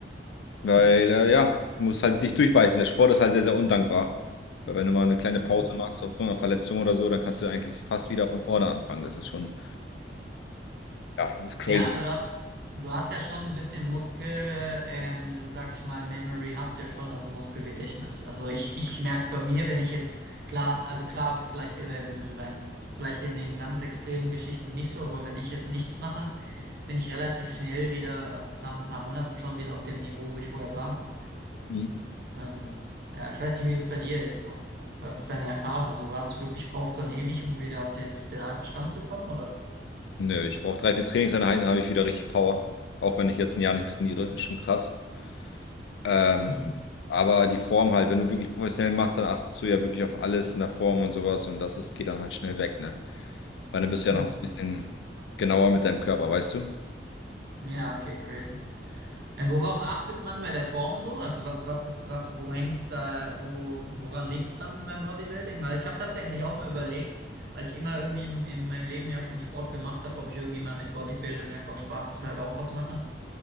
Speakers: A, on the left; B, on the right.
A: Weil äh, ja, du musst halt dich durchbeißen. Der Sport ist halt sehr, sehr undankbar. Weil wenn du mal eine kleine
B: Mhm.
A: Pause machst aufgrund einer Verletzung oder so, dann kannst du eigentlich fast wieder von vorne anfangen. Das ist schon, ja, das ist crazy.
B: Ja, aber du hast, du hast ja schon ein bisschen Muskel, ähm, sag ich mal, Memory hast du ja schon, also Muskelgedächtnis. Also ich, ich merke es bei mir, wenn ich jetzt, klar, also klar, vielleicht beim, beim, vielleicht in den ganz extremen Geschichten nicht so, aber wenn ich jetzt nichts mache, bin ich relativ schnell wieder, also nach ein paar Monaten schon wieder auf dem Niveau, wo ich vorher war.
A: Mhm.
B: Ähm, ja, ich weiß nicht, wie es bei dir ist so. Was ist deine Erfahrung? Also hast du wirklich, brauchst du dann ewig, um wieder auf des, den alten Stand zu kommen, oder?
A: Nö, ich brauche drei, vier Trainingseinheiten, dann habe ich wieder richtig Power. Auch wenn ich jetzt ein Jahr nicht trainiere, ist schon krass. Ähm,
B: Mhm.
A: aber die Form halt, wenn du wirklich professionell machst, dann achtest du ja wirklich auf alles in der Form und sowas und das ist, geht dann halt schnell weg, ne? Weil dann bist
B: Mhm.
A: du ja noch ein bisschen genauer mit deinem Körper, weißt du?
B: Ja, okay, crazy. Ja, worauf achtet man bei der Form so? Also was, was ist, was, wo hängt's da, wo, woran liegt's dann beim Bodybuilding? Weil ich habe tatsächlich auch mal überlegt, weil ich immer irgendwie in, in meinem Leben ja schon Sport gemacht habe, ob ich irgendwie mal mit Bodybuilding einfach spaßeshalber auch was mache.